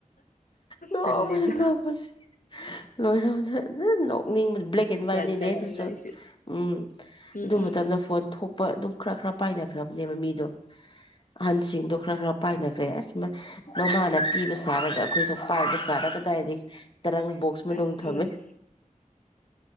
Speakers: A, on the left; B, on the left.
A: ꯅꯣꯛꯄꯗ
B: ꯇꯜꯂꯦꯗ
A: ꯅꯣꯛꯄꯗꯥ ꯁꯤꯔꯦ ꯂꯣꯏꯔꯅꯦ ꯅꯣꯛꯅꯤꯡꯕ
B: ꯑꯁ
A: ꯕ꯭ꯂꯦꯛ ꯑꯦꯟ ꯋꯥ꯭ꯋꯥꯏꯠꯅꯤꯅꯦ
B: ꯖꯥꯠ ꯖꯥꯠꯅꯤ
A: ꯑꯗꯨꯁꯨ
B: ꯅꯣꯏꯁꯨ
A: ꯎꯝ
B: ꯎꯝ
A: ꯑꯗꯨ
B: ꯎꯝ
A: ꯃꯇꯝꯗ ꯐꯣꯟ ꯊꯣꯛ ꯑꯗꯨꯝ ꯈꯔ ꯈꯔ ꯄꯥꯏꯅꯈ꯭ꯔꯕꯅꯦꯕ ꯃꯤꯗꯣ ꯑ ꯁꯤꯡꯗꯣ ꯈꯔ ꯈꯔ ꯄꯥꯏꯅꯈ꯭ꯔꯦ ꯑꯁ ꯃꯃꯥꯅ ꯄꯤꯕ ꯁꯥꯔꯒ ꯑꯩꯈꯣꯏꯗ ꯄꯥꯏꯕ ꯆꯔ ꯀꯗꯥꯏꯗꯒꯤꯩ ꯇꯔꯪ ꯕꯣꯛꯁ ꯃꯅꯨꯡ
B: ꯎꯝ
A: ꯊꯝꯃꯦ